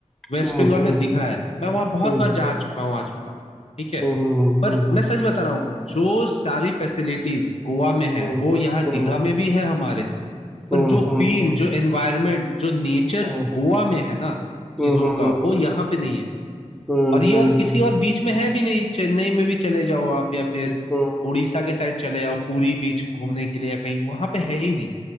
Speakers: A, on the left; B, in the centre.
A: वेस्ट
B: हुँ,
A: बंगाल
B: हुँ,
A: में दिखा है मैं वहां बहुत
B: हुँ।
A: बार जा चुका हूँ आ चुका हूँ ठीक है
B: हुँ, हुँ, हुँ,
A: पर
B: हुँ, हुँ।
A: मैं सच बता रहा हूँ जो सारी फैसिलिटीज गोवा में है
B: हुँ,
A: वो यहाँ
B: हुँ,
A: दीघा में भी है हमारे
B: हुँ,
A: पर जो
B: हुँ,
A: फील
B: हुँ, हुँ।
A: जो एनवायरनमेंट जो नेचर
B: हुँ,
A: गोवा में है ना चीजों
B: हुँ, हुँ, हुँ।
A: का वो यहाँ पे नहीं है
B: हुँ,
A: और
B: हुँ,
A: ये और
B: हुँ,
A: किसी और बीच में है भी नहीं चेन्नई में भी चले जाओ आप या फिर
B: हुँ।
A: उड़ीसा के साइड चले जाओ पूरी बीच घूमने के लिए या कहीं वहां पे है ही नहीं